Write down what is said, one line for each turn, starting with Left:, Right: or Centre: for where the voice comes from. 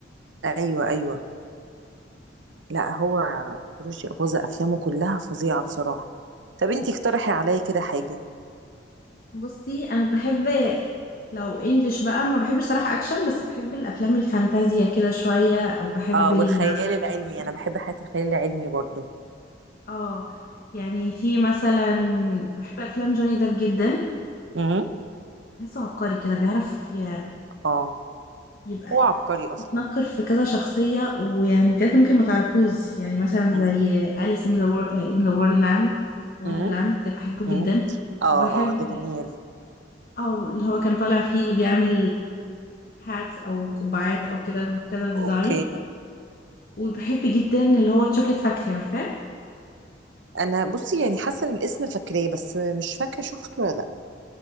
Right: ايوه ايوه لا هو رشدي أباظة افلامه كلها فظيعة بصراحة طب انت اقترحي عليا كده حاجة
Left: بصي أنا بحب لو انجلش بقى ما بحبش صراحة أكشن بس بحب الأفلام الفانتازيا كده شوية بحب
Right: اه
Left: الكرتون
Right: والخيال العلمي انا بحب حياة الخيال العلمي برضو
Left: اه يعني في مثلا بحب افلام جوني ديب جدا
Right: امم
Left: بحسه عبقري كده بيعرف ي-
Right: اه
Left: يبقى
Right: هو عبقري اصلا
Left: يتنكر في كذا شخصية ويعني بجد ممكن ما تعرفوش يعني مثلا زي
Right: امم
Left: أليس in the Wor- in the Wonderland Wonderland
Right: امم
Left: ده بحبه جدا
Right: امم اه
Left: وبحب
Right: اه ده جميل
Left: او اللي هو كان طالع فيه اللي بيعمل هاتس او قبعات او كده بكذا ديزاين
Right: اوكي
Left: وبحب جدا اللي هو تشوكلت فاكتري عارفاه
Right: انا بصي يعني حاسه ان الاسم فاكراه بس مش فاكره شفته ولا لا